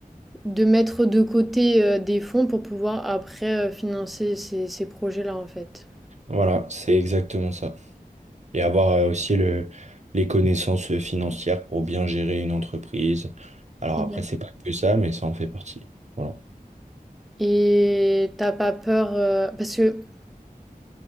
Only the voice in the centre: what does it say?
de mettre de côté euh, des fonds pour pouvoir après euh, financer ces, ces projets-là en fait.
Ouais.
Et t'as pas peur, euh, parce que